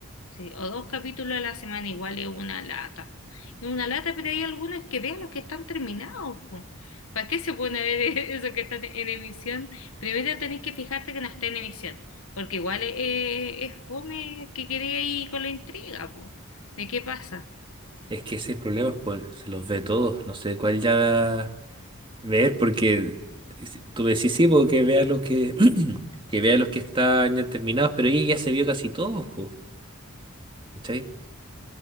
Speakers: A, on the left (about 70°); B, on the right (about 25°).
A: sí, o dos capítulos a la semana, igual es una lata. Es una lata, pero hay algunos que vean los que están terminados, po. ¿Para qué se pone a ver <laughs> eso que está en emisión? Primero tenés que fijarte que no está en emisión, porque igual es, es- es fome que quedé ahí con la intriga, po, de qué pasa.
B: Es que ese problema es por, se los ve todos, no sé cuál ya ver, porque es- tú me decís, sí, porque vea los que, <clears throat> que vea los que están ya terminados, pero ella ya se vio casi todos, pues, ¿cachai?